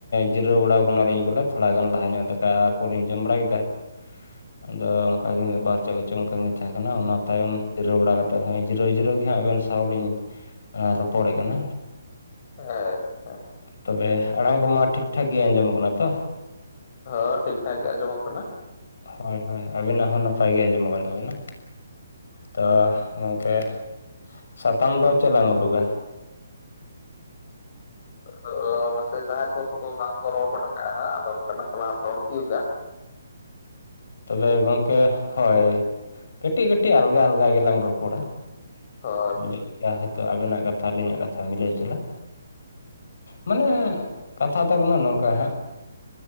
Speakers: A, on the left; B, on the left.
A: ᱡᱤᱨᱟᱹᱣ ᱵᱟᱲᱟ ᱠᱟᱱᱟᱞᱤᱧ ᱵᱚᱞᱮ ᱛᱷᱚᱲᱟ ᱜᱟᱱ ᱞᱟᱦᱟ ᱧᱚᱜ ᱫᱟᱠᱟ ᱠᱚᱞᱤᱧ ᱡᱚᱢ ᱵᱟᱲᱟ ᱠᱮᱫᱟ, <unintelligible> ᱟᱫᱚ ᱚᱱᱠᱟᱜ ᱜᱮ ᱢᱤᱫ ᱵᱟᱨ ᱪᱮᱫ ᱠᱚᱪᱚᱝ ᱠᱟᱹᱢᱤ ᱛᱟᱦᱮᱸ ᱠᱟᱱᱟ ᱚᱱᱟ ᱛᱟᱭᱚᱢ ᱡᱤᱨᱟᱹᱣ ᱵᱟᱲᱟ ᱠᱟᱛᱮ ᱦᱚᱸᱜ ᱡᱤᱨᱟᱹᱣ ᱡᱤᱨᱟᱹᱣ ᱜᱮ ᱦᱟᱸᱜ ᱟᱵᱮᱱ ᱥᱟᱶ ᱞᱤᱧ ᱮ ᱨᱚᱯᱚᱲᱮᱫ ᱠᱟᱱᱟ᱾
B: ᱮᱸ᱾
A: ᱛᱚᱵᱮ ᱟᱲᱟᱝ ᱠᱚᱢᱟ ᱴᱷᱤᱠ-ᱴᱷᱟᱠ ᱜᱮ ᱟᱸᱡᱚᱢᱚᱜ ᱠᱟᱱᱟ ᱛᱚ?
B: ᱦᱚᱸ ᱴᱷᱤᱠ ᱴᱷᱟᱠ ᱜᱮ ᱟᱹᱡᱚᱢᱚᱜ ᱠᱟᱱᱟ᱾
A: ᱦᱳᱭ ᱦᱳᱭ ᱟᱵᱤᱱᱟᱜ ᱦᱚᱸ ᱱᱟᱯᱟᱭ ᱜᱮ ᱟᱸᱡᱚᱢᱚᱜ ᱠᱟᱱ ᱛᱟᱵᱤᱱᱟ᱾ ᱛᱚ ᱜᱚᱝᱠᱮ ᱥᱟᱛᱟᱢ ᱫᱚ ᱪᱮᱫ ᱞᱟᱝ ᱩᱰᱩᱜᱟ?
B: ᱟᱫᱚ ᱢᱟᱥᱮ ᱡᱟᱦᱟᱸᱭ ᱠᱚ ᱠᱚ ᱵᱟᱝ ᱠᱚ ᱨᱚᱲ ᱜᱚᱫ ᱠᱟᱜᱼᱟ ᱟᱫᱚ ᱦᱟᱸᱜ ᱚᱱᱠᱟᱱᱟᱜ <unintelligible>
A: ᱛᱚᱵᱮ ᱜᱚᱝᱠᱮ ᱦᱳᱭ᱾ ᱠᱟᱹᱴᱤᱜ ᱠᱟᱹᱴᱤᱜ ᱟᱞᱜᱟ ᱟᱞᱜᱟ ᱜᱮ ᱞᱟᱝ ᱨᱚᱯᱚᱲᱟ᱾
B: ᱦᱳᱭ᱾
A: ᱪᱮᱫ ᱞᱮᱠᱟ ᱦᱚᱭᱛᱚ ᱟᱹᱵᱮᱱᱟᱜ ᱠᱟᱛᱷᱟ ᱟᱹᱞᱤᱧᱟᱜ ᱠᱟᱛᱷᱟ ᱢᱤᱞᱟᱹᱣ ᱪᱟᱞᱟᱜ, ᱢᱟᱱᱮ ᱠᱟᱛᱷᱟ ᱛᱟᱵᱚᱱᱼᱟ ᱱᱚᱝᱠᱟ ᱦᱟᱸᱜ,